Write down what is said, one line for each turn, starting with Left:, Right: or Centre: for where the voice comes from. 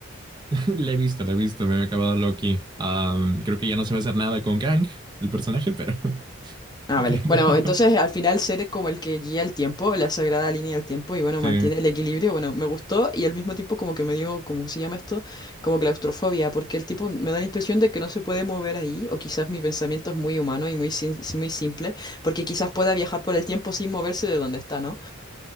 Right: <laughs> La he visto, la he visto, me he acabado Loki. Am, creo que ya no se va a hacer nada con Kang, el personaje, pero, <laughs>
Left: Ah, vale.
Right: pero
Left: Bueno, entonces al final ser como el que guía el tiempo, la sagrada línea del tiempo y bueno,
Right: sí,
Left: mantiene el equilibrio, bueno, me gustó y al mismo tiempo como que me dio, cómo se llama esto? Como claustrofobia, porque el tipo me da la impresión de que no se puede mover ahí o quizás mi pensamiento es muy humano y muy, sin- muy simple, porque quizás pueda viajar por el tiempo sin moverse de donde está, ¿no?